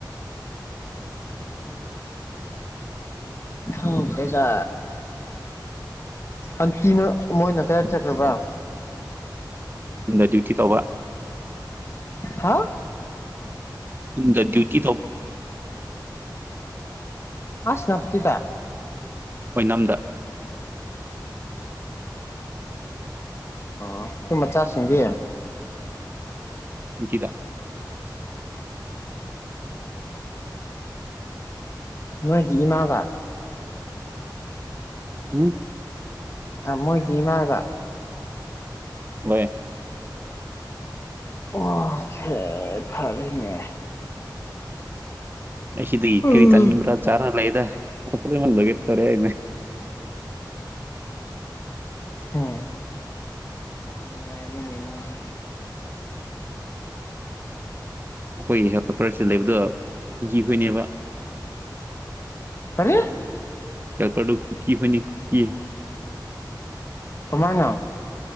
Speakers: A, on the left (about 35°); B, on the right (about 30°).
A: ꯎꯝ ꯪ꯭ꯔꯦꯗ ꯑꯟꯇꯤꯅꯣ ꯃꯣꯏꯅ ꯀꯗꯥ ꯆꯠꯈ꯭ꯔꯕ꯭ꯔꯥ
B: ꯌꯨꯡꯗ ꯗ꯭ꯌꯨꯇꯤ ꯇꯧꯕ
A: ꯍꯥ
B: ꯗ ꯗ꯭ꯌꯨꯇꯤ ꯊ
A: ꯑꯁꯅꯄꯁꯤꯤꯗ
B: ꯑꯣꯏꯅꯝꯗ
A: ꯑꯗꯨꯨꯝ ꯃꯆꯥꯁꯤꯡꯗꯤ
B: ꯖꯤꯗ
A: ꯅꯣꯏꯒꯤ ꯏꯃꯥꯒꯥꯛ
B: ꯎꯝ
A: ꯃꯣꯏꯒꯤ ꯏꯃꯥꯒ
B: ꯍꯣꯏ
A: ꯑꯣꯁ ꯐꯔꯅꯦ
B: ꯑꯁꯤ ꯁꯤꯗ
A: ꯎꯝ
B: ꯏꯕꯤ ꯇꯅꯤꯕ꯭ꯔꯥ ꯆꯥ ꯂꯩꯗ ꯑꯃꯜ ꯂꯒꯦ ꯇꯔꯦꯏꯅꯦ
A: ꯑꯣ ꯅꯨꯡꯉꯥꯏꯗꯒꯦ
B: ꯑꯩꯈꯣꯏꯒꯤ ꯍꯦꯜꯄꯔꯁꯤ ꯂꯩꯕꯗꯣ ꯍꯤꯈꯣꯏꯅꯦꯕ
A: ꯀꯔꯤ
B: ꯌꯥꯌꯥꯄꯔꯨ ꯀꯨꯀꯤ ꯍꯅꯤ ꯀꯨꯀꯤꯌꯦ
A: ꯇꯃꯥꯏꯅ